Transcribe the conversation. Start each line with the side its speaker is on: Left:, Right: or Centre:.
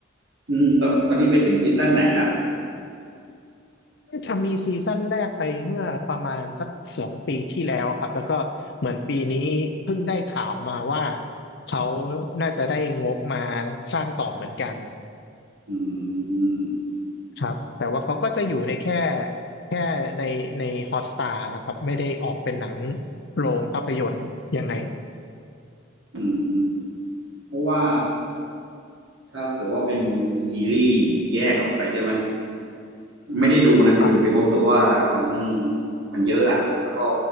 Right: อืมตอนตอนนี้ไปถึงซีซั่นไหนแล้ว
Left: จะมีซีซั่นแรกไปเมื่อประมาณสักสองปีที่แล้วครับแล้วก็เหมือนปีนี้เพิ่งได้ข่าวมาว่าเขาน่าจะได้งบมาสร้างต่อเหมือนกัน
Right: อืม
Left: ครับแต่ว่าเขาก็จะอยู่ในแค่แค่ในในฮอตสตาร์นะครับไม่ได้ออกเป็นหนังโรงภาพยนตร์ยังไง
Right: อืมเพราะว่าถ้าเกิดว่าเป็นซีรีส์แยกออกไปใช่ไหม ไม่ได้ดูนะ
Left: ครับ
Right: คือมีความรู้สึกว่ามันต้องมันเยอะอะแล้วก็